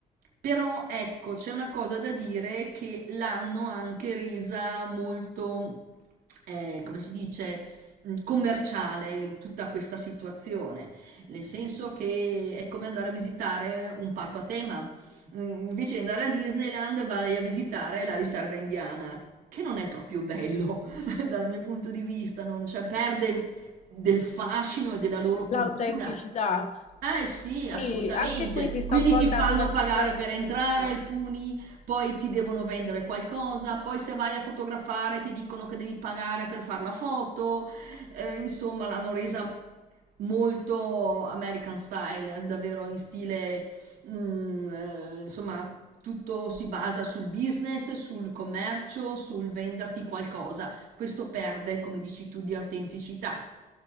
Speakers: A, on the right; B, on the left.
A: Però ecco, c'è una cosa da dire che l'hanno anche resa molto, eh, come si dice, mh, commerciale tutta questa situazione, nel senso che è come andare a visitare un parco a tema. Mm, Invece di andare a Disneyland vai a visitare la riserva indiana, che non è proprio bello. <laughs> dal mio punto di vista, non, cioè, perde del fascino e della loro cultura.
B: L'autenticità.
A: Eh sì,
B: Sì,
A: assolutamente.
B: anche qui si sta
A: Quindi
B: un po'
A: ti
B: andando
A: fanno
B: verso
A: pagare
B: quella
A: per
B: tendenza.
A: entrare alcuni, poi ti devono vendere qualcosa, poi se vai a fotografare ti dicono che devi pagare per fare la foto. Eh, insomma, l'hanno resa molto American style, davvero in stile, mm, eh, insomma, tutto si basa sul business, sul commercio, sul venderti qualcosa questo perde, come dici tu, di autenticità.